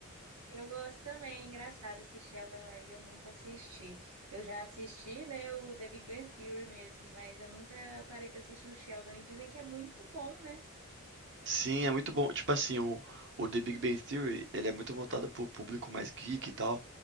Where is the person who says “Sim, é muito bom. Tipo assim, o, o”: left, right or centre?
Right